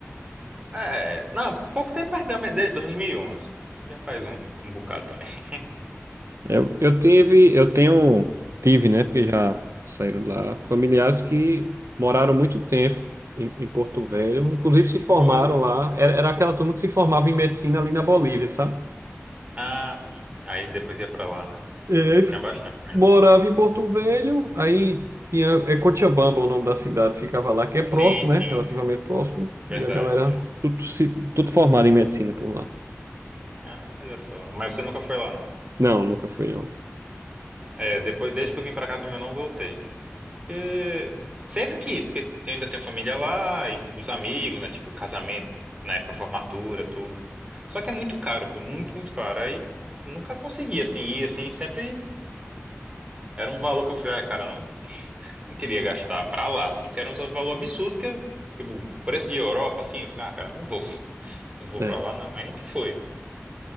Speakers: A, on the right; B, on the right.
A: É, não, pouco tempo, mas da- de 2011. Já faz um, um bocado também. <laughs>
B: Eu, eu tive, eu tenho, tive, né? Porque já saíram de lá, familiares que moraram muito tempo em, em Porto Velho, inclusive se formaram
A: Foi?
B: lá. Era, era aquela turma que se formava em medicina ali na Bolívia, sabe?
A: Ah, sim. Aí depois ia pra lá, né?
B: E aí f-
A: Tinha bastante medo.
B: morava em Porto Velho, aí tinha, é Cochabamba o nome da cidade, ficava lá, que é próximo,
A: Sim, sim.
B: né? Relativamente próximo.
A: Verdade,
B: E a galera,
A: é.
B: tudo, se, tudo formado em medicina por lá.
A: Ah, olha só. Mas você nunca foi lá, não.
B: Não, nunca fui, não.
A: É, depois, desde que eu vim pra cá também eu não voltei. Porque sempre quis, porque eu ainda tenho família lá, e os amigos, né? Tipo, casamento, na época formatura, tudo. Só que é muito caro, pô, muito, muito caro. Aí nunca consegui, assim, ir, assim, sempre Era um valor que eu falei, ah, cara, eu não, não queria gastar pra lá, assim, porque era um valor absurdo que, eu, tipo, preço de Europa, assim, eu falei, ah, cara, não vou, <laughs> não vou
B: É,
A: pra lá, não. Aí nunca foi,